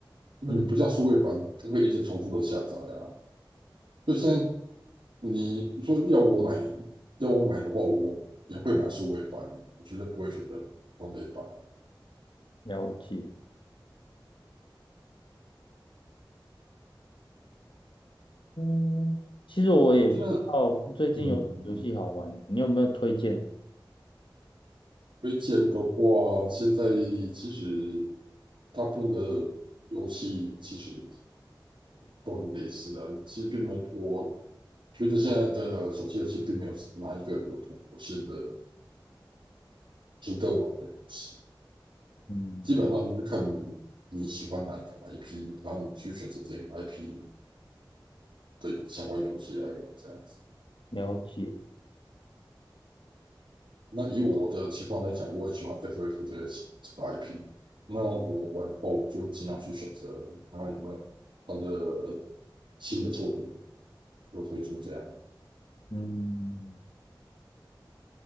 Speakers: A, on the right; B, on the left.
A: 那你不像数位版，
B: 嗯，
A: 它会一直重复的下载啊。就现在你你说要我买，要我买的话，我也会买数位版，我绝对不会选择光碟版。
B: 了解。嗯，其实我也不知道最近有游戏好玩，
A: 我觉得嗯，嗯
B: 你有没有推荐的
A: 推荐的话，现在其实大部分的游戏其实。都很类似啊。其实并没有，我觉得现在的手机游戏并没有哪一个有突破性的值得玩的游戏，
B: 嗯，
A: 基本上就是看你你喜欢哪一个 IP，然后你去选择这个 IP 的相关游戏来玩这样子。
B: 了解。
A: 那以我的情况来讲，我很喜欢 FF 这个这个 IP，那我玩的话，我就尽量去选择看看有没有它的新的作品。又推出这样。
B: 嗯，